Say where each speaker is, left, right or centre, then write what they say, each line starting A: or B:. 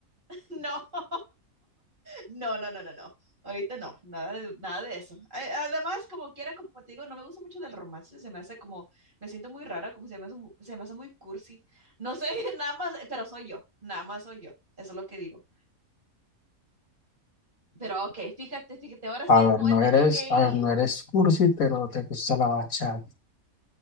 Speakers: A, on the right; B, on the left.
A: <laughs> No, no, no, no, no, no. Ahorita no, nada de, nada de eso. A- Además, como quiera, como te digo, no me gusta mucho del romance, se me hace como, me siento muy rara, como se me hace, mu- se me hace muy cursi. No sé, <laughs> nada más, pero soy yo, nada más soy yo, eso es lo que digo. Pero ok, fíjate, fíjate, ahora sí
B: A ver,
A: me voy
B: no
A: a tener
B: eres,
A: que
B: a
A: ir.
B: ver, no eres cursi, pero te gusta la bachata.